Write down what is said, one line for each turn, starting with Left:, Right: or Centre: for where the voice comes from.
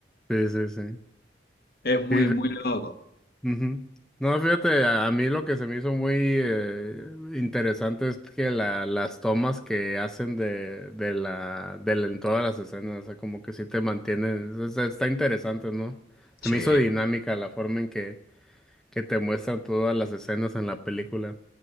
Centre: Sí, sí, sí.
Left: es muy,
Centre: Sí,
Left: muy loco.
Centre: Ujú. No, fíjate, a, a mí lo que se me hizo muy eh, interesante es que la, las tomas que hacen de, de la, de la- en todas las escenas, o sea, como que sí te mantienen, o sea, está interesante, ¿no? Se
Left: Sí,
Centre: me hizo dinámica la forma en que, que te muestran todas las escenas en la película.